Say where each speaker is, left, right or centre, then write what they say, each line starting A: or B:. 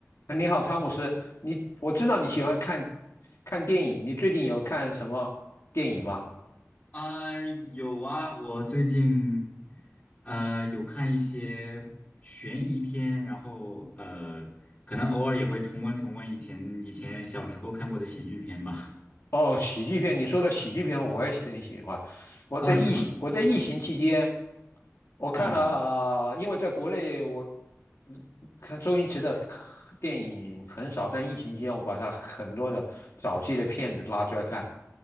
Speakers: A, on the left (about 65°); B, on the left (about 30°).
A: 啊你好，汤姆斯，你我知道你喜欢看看电影，你最近有看什么电影吗？
B: 啊、有啊，我最近呃有看一些悬疑片，然后呃，可能偶尔也会重温重温以前以前小时候看过的喜剧片吧。
A: 哦，喜剧片，你说的喜剧片我也是很喜欢。
B: <laughs>
A: 我在疫情我在疫情期间，
B: 啊，是吗？嗯
A: 我看了，
B: 嗯
A: 呃因为在国内我嗯看周星驰的电影很少，但疫情期间我把他很多的早期的片子拉出来看，